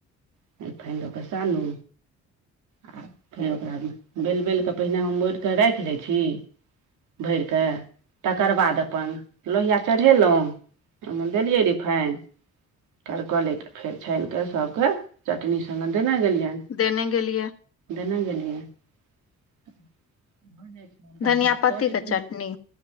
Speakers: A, on the right (about 80°); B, on the left (about 50°).
A: <inaudible> रिफाइंन दऽ कऽ सानू आ <inaudible> फेर ओकरा बलि बल कऽ पहिने हम ओढ़िकऽ राखि लै छी भरि कऽ तकर बाद अपन लोहिया चढ़ेलहुँ देलियै रिफाइन करकले फेर छानि के सभके चटनी स्गे देने गेलियनि
B: देने गेल लिए
A: देने गेलियै। <inaudible>
B: धनिया
A: सभके
B: पत्ती
A: दऽ दै छियनि
B: के चटनी